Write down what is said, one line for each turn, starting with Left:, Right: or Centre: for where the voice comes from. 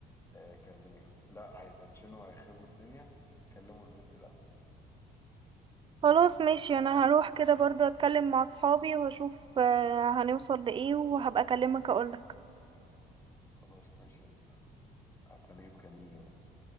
Left: آه، كلميهم لا هيتنشنوا هيخربوا الدنيا كلموا البنت الأول
Right: خلاص ماشي انا هروح كده برضو اتكلم مع صحابي واشوف آه، هنوصل لايه وهبقى اكلمك اقولك
Left: خلاص ماشي هستناكي تكلميني بقى